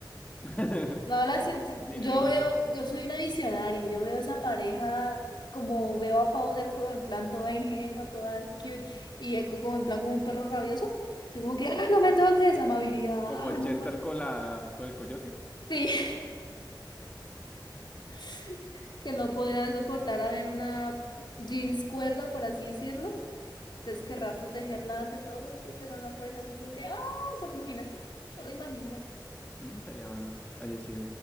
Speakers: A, on the left; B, on the left.
A: <laughs>
B: No la
A: Echo,
B: sentí.
A: línea
B: Yo
A: original.
B: veo, yo soy una visionaria. Yo veo esa pareja como veo a powder como en plan toda ingenua, toda cute, y eco como en plan como un perro rabioso. Así como que, ah, no me toques, amabilidad.
A: Como
B: Ah,
A: el
B: no
A: Chester
B: pues.
A: con la con el coyote.
B: Sí, <laughs> que no podría soportar a ver una jeans cuerda, por así decirlo. Entonces querrá protegerla ante todo, entonces era una pareja así como que, ah, solo imagínate, solo imagínate.
A: Mm, estaría bueno. Oye, sí.